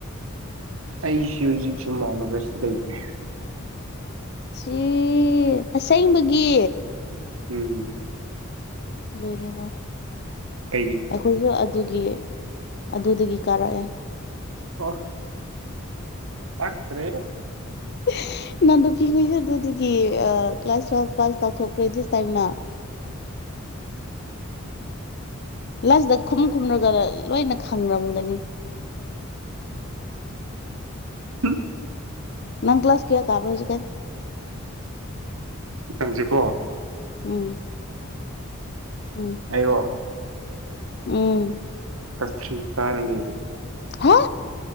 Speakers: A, on the right; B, on the left.
A: ꯑꯩꯁꯤ ꯍꯧꯖꯤꯛ ꯁꯨꯝ ꯃꯥꯅꯣꯁꯇ ꯂꯩꯕ꯭ꯔꯦ
B: ꯁꯤ ꯑꯁꯦꯡꯕꯒꯤ
A: ꯎꯝ
B: ꯂꯣꯏꯔꯦ
A: ꯀꯩꯒꯤ
B: ꯑꯩꯈꯣꯏꯁꯨ ꯑꯗꯨꯒꯤ ꯑꯗꯨꯗꯒꯤ ꯀꯥꯔꯛꯑꯦ
A: ꯑꯣ ꯄꯥꯥꯛꯇ꯭ꯔꯦꯗ
B: <unintelligible> <inaudible> <unintelligible> ꯑꯗꯨꯒꯤ ꯀ꯭ꯂꯥꯁ ꯇꯨꯋꯦꯜ ꯄꯥꯁ ꯇꯧꯊꯣꯛꯈ꯭ꯔꯗꯤꯁ ꯇꯥꯏꯝꯅ ꯂꯥꯏꯁꯤꯗ ꯈꯨꯝ ꯈꯨꯝꯅꯒ ꯂꯣꯏꯅ ꯈꯪꯔꯝꯒꯅꯤ
A: ꯎꯝ
B: ꯅꯪ ꯀ꯭ꯂꯥꯁ ꯀꯌꯥ ꯀꯥꯔ꯭ꯕꯥ ꯍꯧꯖꯤꯛꯀꯥꯟ
A: ꯅꯪꯁꯦꯀꯣ
B: ꯎꯝ ꯎꯝ
A: ꯑꯩꯔꯣ
B: ꯎꯝ
A: ꯀꯁ꯭ꯊꯔꯤ ꯀꯥꯔ ꯂꯩꯕ
B: ꯍꯥ